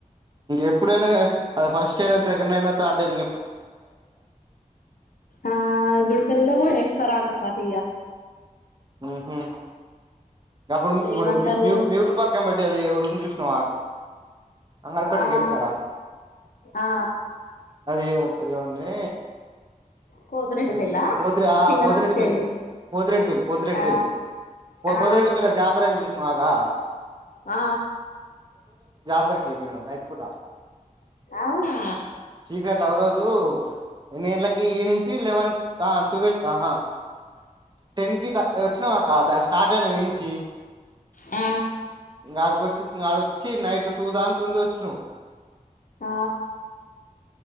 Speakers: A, on the right; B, on the left.
A: ఎప్పుడు అయినా కానీ అది ఫర్స్ట్అయిన సేకండ్ అయిన థర్డ్ అయిన
B: ఆ గుడ్పల్లిలా పోయి ఫరాంత ఫతిగా
A: హ్మ్మ్ హు అప్పుడు ఇప్పుడు
B: ఏమంటారు
A: మీ ఊరి పక్కాం బట్టి అది ఎ ఊరిని చూసినా అంగల పడు
B: ఆ
A: గేట్ కాడా
B: ఆ
A: అది యేవండి
B: పోతిరెడ్డి
A: అది
B: పెళ్ళా
A: పోతిరి ఆ
B: సింగరాజు
A: పోతిరెడ్డి పెళ్లికి
B: పెళ్ళి
A: పోతిరెడిపల్లి పోత్తిరెడిపేల్లి
B: ఆ
A: పో
B: ఆ
A: పోద్దిరెడి పెళ్లి జాతర అయింది చూసినావా గా
B: ఆ
A: ఎవరికి ఇయ్య నేను నైట్ పూట
B: అవునా
A: చీకట్ల ఓ రోజు ఎన్ని గంటలకి ఈవి ట్వల్ ట్వెల్ ఆహా టెన్ కి దా వచ్చినవా అదా స్టార్ట్ అయినాము ఈనుంచి
B: ఆ
A: ఆడికి వచ్చి ఆడ వచ్చి నైట్ టూ దామ్కుండి వచినము
B: ఆ